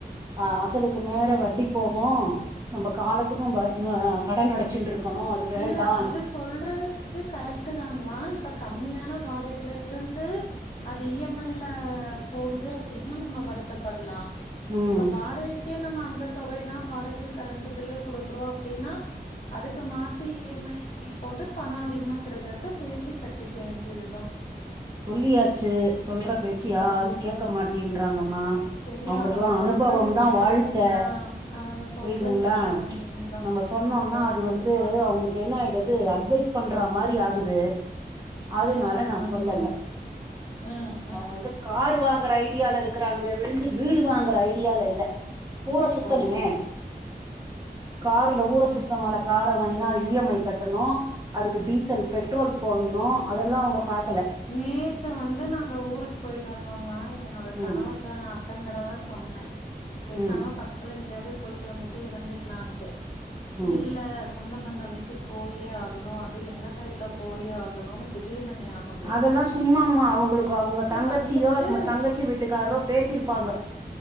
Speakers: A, on the right; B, on the left.
A: அ அசலுக்கு மேற வட்டி போகு நம்ம காலத்துக்கு அ கடன் அடச்சின்ட்ருக்கணு அது வேண்டாம்
B: இல்ல அது சொல்றது வந்து கரெக்ட் தாங்மா இப்ப கம்மியான வாடைல இருந்து அது இ எம் ஐ ல போகுது அப்டின்னா நம்ம வருத்தப்படலா
A: உம்
B: இப்ப வாடகை க்கே நம்ம அந்த தொகைதா வாடகையு கரண்டு பில்லு குடுக்குறோ அப்டின்னா அதுக்கு மாத் த்தி இ எம் ஐ போட்டு பணோ அதிகமா கெடைக்கறப்ப சேத்தி கட்டிக்க வேண்டியது தா
A: சொல்லியாச்சு சொல்ற பேச்சு யாரு
B: ஆ
A: கேக்க மாட்டின்றாங்கம்மா
B: சரி
A: அவுங்களுக்கு
B: அவங்க
A: கெல்லா அனுபவம்
B: போக்குல விட்ற
A: தா வாழ்க்க
B: வேண் ஆ அவங்க போக்குல
A: புரியுதுங்ளா
B: விட்ற வேண்டியதுதான்
A: நம்ம சொன்னோனா
B: கண்டிப்பா
A: அது
B: கண்டிப்பா
A: வந்து அவுங்ளுக் கென்னாய்டுது அட்வைஸ் பண்ற மாரி ஆகுது அதனால
B: நிச்சயமாங்மா
A: நா சொல்லல
B: ம் ம்
A: அவுங்க வந்து கார் வாங்கற ஐடியால இருக்கிறாங்ளே விழுஞ்சு வீடு வாங் கற ஐடியால இல்ல ஊர சுத்தணுமே
B: ஓ
A: கார்ல
B: ம்
A: ஊற சுத்தணுல்ல
B: ம்
A: கார வாங்கினா
B: ம்
A: அது இ எம் ஐ கட்டணு அதுக்கு டீசல் பெட்ரோல் போட்ணு அதெல்லா அவுங்க பாக்கல
B: நேத்து வந்து நாங்க ஊருக்கு போய்ட்டு வந்தோங்க எனக்
A: ம்
B: கணவர்ட்ட நா அத்தன தடவ சொன்ன பேசாம
A: ம்
B: பக்க த்துல எங்கயாது போய்ட்டு வந்துட்டு இருந்துக்கலான்ட்டு
A: ம்
B: இல்ல சொந்த பந்த வீட்டுக்கு போயே ஆகணு அதுவு எங்க சைட்ல போயே ஆகணுன்னு திடீர்னு ஞானோ
A: அதெல்லா சும்மாமா அவங்களுக்கு அவங்க தங்கச்சியோ
B: வந்துட்டு
A: தங்கச்சி வீட்டுக்காரோ பேசிருப்பாங்க